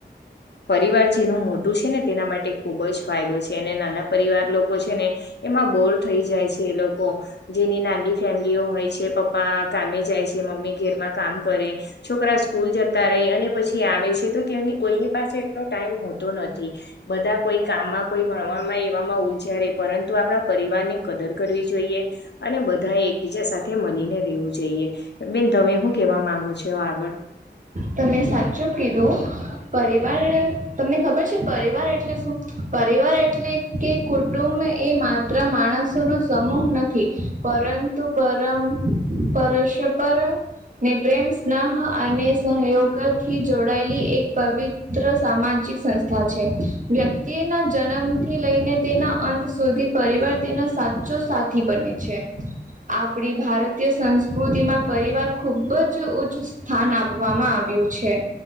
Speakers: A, on the left; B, on the right.
A: પરિવાર જેનું મોટું છે ને તેના માટે ખુબ જ ફાયદો છે અને નાના પરિવાર લોકો છે ને એમાં બોર થઈ જાય છે એ લોકો જેની નાની ફેમ લીયો હોય છે પપ્પા કામે જાય છે મમ્મી ઘેરમાં કામ કરે. છોકરા સ્કૂલ જતા રહી અને પછી આવે છે તો ક‌ઇને કોઈની પાસે એટલો ટાઈમ હોતો નથી બધા કોઈ કામમાં કોઈ ભણમાં એવામાં ઉલજયા રે પરંતુ આપણા પરિવાર ની કદર કરવી જોઈએ. અને બધા એક. બીજા સાથે મળીને રહેવું જોઈએ બેન તમે શું કેવા માંગો છો આગળ
B: તમે સાચું કીધું. પરિવાર તમને ખબર છે પરિવાર એટલે શું પરિવાર એટલે. કે કુટુંબ એ માત્ર માણસો નો સમૂહ નથી પરંતુ પરમ. પરશપર ને પ્રેમ સ્નાહ અને. સહયોગ થી જોડાયેલી એક પવિત્ર સામાજિક સંસ્થા છે. વ્યક્તિના જન્મ થી લઈને તેના અંત સુધી પરિવાર તેના સાચો સાચ. થી બને છે. આપડી ભારતીય સંસ્કૃતિમાં પરિવાર ખુબ જ ઉચ્ચ સ્થાન આપ. આપવામાં આવ્યું છે